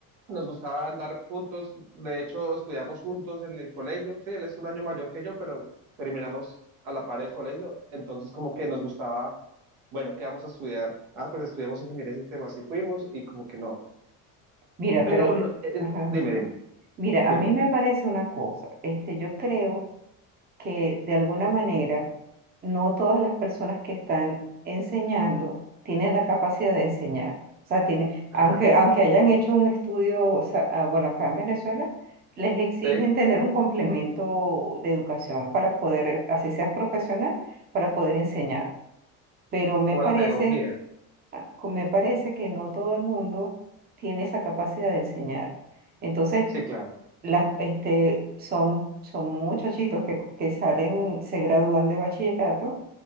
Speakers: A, on the right; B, on the right.
A: nos gustaba andar juntos, de hecho estudiamos juntos en el colegio, sí, él es un año mayor que yo, pero terminamos a la par del colegio, entonces como que nos gustaba, bueno, ¿qué vamos a estudiar? Ah, pues estudiamos ingeniería de sistemas y fuimos y como que no,
B: Mira,
A: pero
B: pero,
A: no-
B: eh,
A: eh, eh,
B: ajá.
A: dime, dime,
B: Mira,
A: dime,
B: a mí me parece una cosa, este, yo creo que de alguna manera no todas las personas que están enseñando tienen la capacidad de enseñar. O sea, tienen,
A: ajá,
B: aunque, aunque hayan hecho un estudio, o sea, ah, bueno, acá en Venezuela, les exigen
A: sí,
B: tener un complemento de educación para poder, así seas profesional, para poder enseñar. Pero me
A: como
B: parece,
A: la pedagogía,
B: ah, me parece que no todo el mundo tiene esa capacidad de enseñar. Entonces,
A: sí, claro,
B: las, este, son, son muchachitos que, que salen, se gradúan de bachillerato